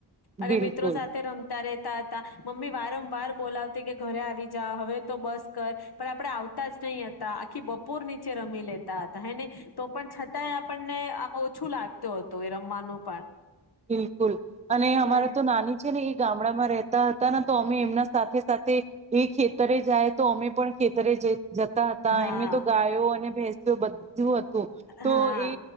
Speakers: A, on the left (about 60°); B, on the right (about 15°).
A: અને
B: બિલકુલ
A: મિત્રો સાથે રમતા રે તા તા, મમ્મી વારંવાર બોલાવતી કે ઘરે આવી જા હવે તો બસ કર પણ આપડે આવતા જ નહી હતા આખી બપોર નીચે રમી લેતા હતા હે ને. તો પણ છતાંય આપ આપણને આમાં ઓછું લાગતું હતું એ રમવાનું પણ.
B: બિલકુલ અને
A: હમ
B: અમારા તો નાની છે ને એ ગામડામાં રહેત તા હતા તો અમે એમના સાથે સાથે એ ખેત તરે જાય તો અમે પણ ખેતરે જ જતા હતા
A: હા
B: એને તો ગાયો અને ભેસો બધું હતું, તો
A: હા
B: એ